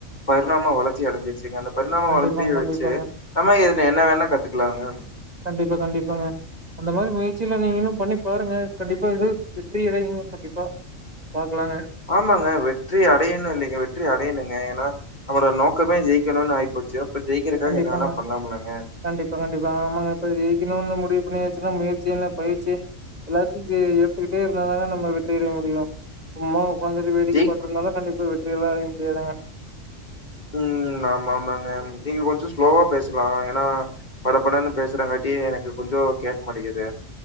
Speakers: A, on the left; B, on the right.
A: பரிணாம வளர்ச்சி அடைஞ்சிருச்சுங்க அந்த பரிணாம
B: கண்டிப்பாங்க
A: வளர்ச்சிய
B: கண்டிப்பாங்க
A: வச்சு நம்மா இதுல என்ன வேணா கத்துக்குலாங்க
B: கண்டிப்பா கண்டிப்பாங்க அந்த மாரி முயற்சில்லா நீங்களு பண்ணி பாருங்க கண்டிப்பா இது வெற்றி அடையனு கண்டிப்பா பாக்கலாங்க
A: ஆமாங்க வெற்றி அடையணு இல்லிங்க வெற்றி அடையணுங்க ஏனா நம்மலோட நோக்கமே ஜெயிக்கணுனு ஆயிப்போச்சு அப்போ ஜெயிக்றதுக்காக
B: கண்டிப்பாங்க
A: என்ன வேணா பண்ணலாம்ல்லங்க
B: கண்டிப்பா கண்டிப்பா ஆமாங்க இப்ப ஜெயிக்கணுனு முடிவு பண்ணியாச்சுன்னா முயற்சி என்ன பயிற்சி எல்லாத்தையு ஏத்துக்கிட்டே இருந்தாதாங்க நம்ம வெற்றி அடைய முடியு சும்மா உக்காந்துட்டு வேடிக்க
A: ஜெய்
B: பாத்துட்டு இருந்தாலா கண்டிப்பா வெற்றியெல்லா அடைய முடியாதுாங்க
A: ம் ஆமா ஆமாங்க நீங்க கொஞ்சோ ஸ்லோவா பேசலா ஏனா பட படன்னு பேசுறங்காட்டி எனக்கு கொஞ்சோ கேக்க மாட்டேங்கிது